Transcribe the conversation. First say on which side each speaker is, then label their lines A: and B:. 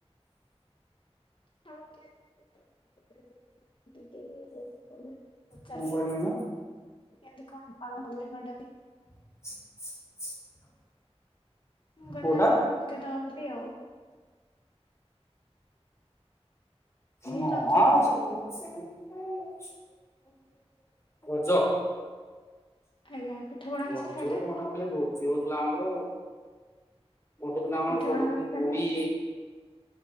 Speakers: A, on the left; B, on the left.
A: <unintelligible> ଚାଲି
B: କଣ କହିଲୁ ନା
A: କେମିତି କଣ <unintelligible>
B: <inaudible>
A: ମୁଁ କହିଲି
B: କୋଉଟା
A: ତ ଆମେ ମନ ପକେଇଦବା <unintelligible>
B: ହଁ
A: ଏଇ ରଜ ଉପରେ ମ।
B: <unintelligible>
A: ଆଜ୍ଞା ପିଠାପଣା କିଛି
B: ରଜ
A: ଖାଇଲେନି
B: କୁ କଣ ଆମର ଖାଲି ଭୋଜି ହଉଥିଲା ଆମର ଆଉ। ଗୋଟେ ଦିନ ଆମର
A: ପିଠାପଣା କରିକି ଖାଇଲେନି
B: ପୁରୀ